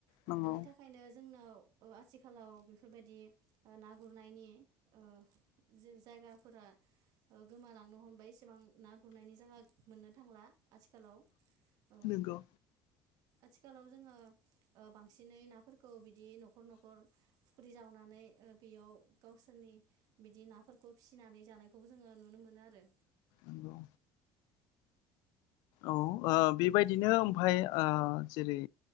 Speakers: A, on the left (about 75°); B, on the right (about 65°).
A: नंगौ
B: ओ बिनि थाखायनो जोंनाव। ओ आथिखालाव बेफोरबायदि ओ ना गुरनायनि ओ जायगाफोरा ओ गोमालांनो हमबाय एसेबां। ना गुरनायनि जायगा मोननो थांला। आथिखालाव ओ
A: नंगौ
B: आथिखालाव जोङो ओ बां सिनै नाफोरखौ बिदि न'खर न'खर। फुख्रि जावनानै ओ बेयाव गावसोरनि बिदि नाफोरखौ फिनानै जानायखौबो जोङो नुनो मोनो आरो।
A: नंगौ। औ। ओ बेबायदिनो
B: औ
A: ओमफाय। ओ जेरै